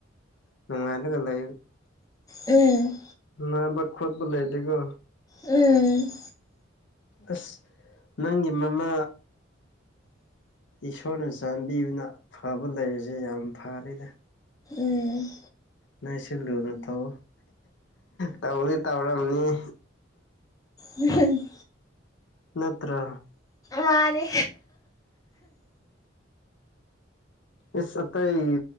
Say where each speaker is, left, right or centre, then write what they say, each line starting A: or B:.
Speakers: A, on the left; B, on the left.
A: ꯃꯨꯉꯥꯏ ꯀꯂ
B: ꯎꯝ
A: ꯅꯕ ꯈꯣꯠꯕꯨ ꯂꯩꯦꯇꯒꯣ
B: ꯎꯝ
A: ꯑꯁ ꯅꯪꯒꯤ ꯃꯃꯥ ꯏꯁꯣꯔꯅ ꯆꯥꯟꯕꯤꯌꯨꯅ ꯐꯕ ꯂꯩꯔꯤꯁꯦ ꯌꯥꯝ ꯐꯔꯦꯅꯦ
B: ꯎꯝ
A: ꯅꯣꯏ ꯁꯤ ꯂꯨꯅ ꯇꯧ ꯇꯧꯗꯤ ꯇꯧꯔꯝꯅꯤ <unintelligible>
B: ꯎꯝ
A: ꯅꯠꯇ꯭ꯔ
B: ꯃꯥꯅꯦ
A: ꯏꯁ ꯑꯇꯩ